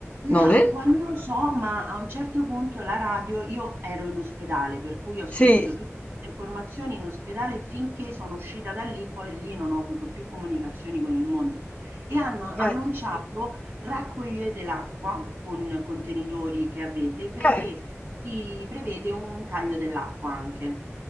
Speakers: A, on the right; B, on the left.
A: L'acqua
B: non è?
A: non lo so, ma a un certo punto la radio io ero in ospedale, per cui ho sentito
B: Sì,
A: tutte queste informazioni in ospedale finché sono uscita da lì, poi lì non ho avuto più comunicazioni con il mondo. E hanno
B: eh,
A: annunciato raccogliete l'acqua con contenitori che avete perché
B: eh,
A: si prevede un taglio dell'acqua anche.